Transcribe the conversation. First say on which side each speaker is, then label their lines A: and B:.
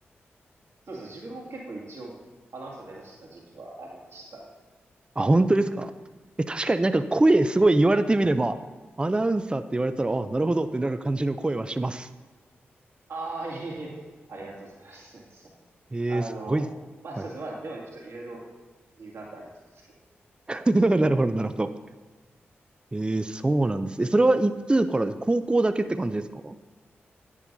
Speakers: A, on the right; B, on the right.
A: うですね。自分も結構一応アナウンサー目指してた時期はありましたね。
B: あ、本当ですかえ、確かになんか声すごい言われてみれば、アナウンサーって言われたら、あ、なるほどってなる感じの声はします。
A: ああー、いえいえ、ありがとうございます。すいません。
B: ええすごいっす。
A: あの、まあそうですね。
B: はい。
A: まあでもちょっといろいろ理由があってあれだったんですけど。
B: <laughs> なるほど、なるほど。ええそうなんです。え、それはいつからです高校だけって感じですか